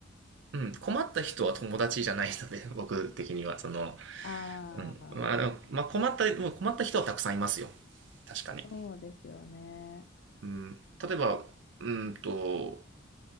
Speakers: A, on the right (about 65°); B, on the left (about 60°).
A: うん、困った人は友達じゃないので、<laughs> 僕的には、その、
B: ああ、
A: うん、まあでも、まあ困った、もう困った人はたくさんいますよ。確かに。
B: そうですよね。
A: うん、例えば、うんと、